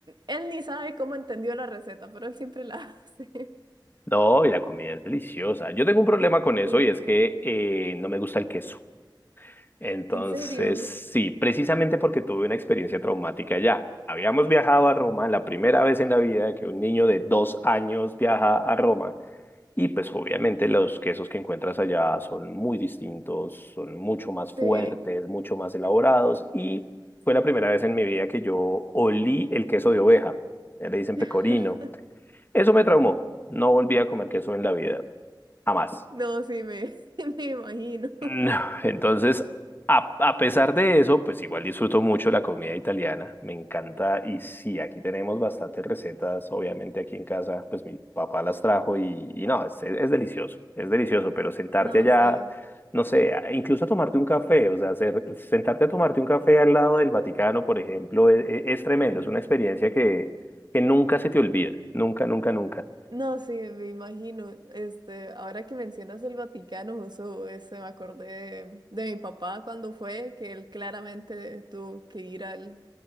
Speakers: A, on the right; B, on the left.
A: él ni sabe cómo entendió la receta, pero él siempre la <laughs> hace.
B: No, y la comida es deliciosa. Yo tengo un problema con eso
A: Sí.
B: y es que eh, no me gusta el queso. Entonces,
A: ¿En serio?
B: sí, precisamente porque tuve una experiencia traumática allá. Habíamos viajado a Roma la primera vez en la vida que un niño de dos años viaja a Roma y pues obviamente los quesos que encuentras allá son muy distintos, son mucho más fuertes,
A: Sí.
B: mucho más elaborados y fue la primera vez en mi vida que yo olí el queso de oveja. Le dicen
A: <laughs>
B: pecorino. Eso me traumó. No volví a comer queso en la vida. Jamás.
A: No, sí, me, <laughs> me imagino.
B: No, Entonces, a, a pesar de eso, pues igual disfruto mucho la comida italiana. Me encanta. Y sí, aquí tenemos bastantes recetas. Obviamente aquí en casa, pues mi papá las trajo y, y no, es, es delicioso. Es delicioso, pero sentarte
A: No,
B: allá,
A: sí.
B: no sé, a- incluso a tomarte un café, o sea, ser- sentarte a tomarte un café al lado del Vaticano, por ejemplo, es, es es tremendo. Es una experiencia que, que nunca se te olvida. Nunca, nunca, nunca.
A: No, sí, me imagino. Este, ahora que mencionas el Vaticano, justo este, me acordé de, de mi papá cuando fue, que él claramente tuvo que ir al,